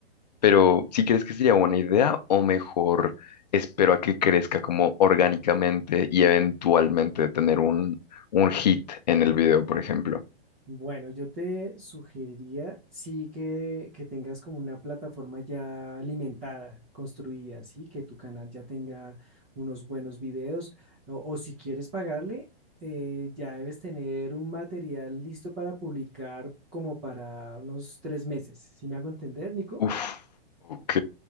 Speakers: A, on the left (about 45°); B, on the right (about 20°).
A: pero si crees que sería buena idea o mejor espero a que crezca como orgánicamente y eventualmente tener un, un hit en el video, por ejemplo?
B: bueno, yo te sugeriría sí que, que tengas como una plataforma ya alimentada, construida, sí, que tu canal ya tenga unos buenos videos o, o si quieres pagarle, eh, ya debes tener un material listo para publicar como para unos tres meses, ¿Sí me hago entender, Nico?
A: Uf, ok,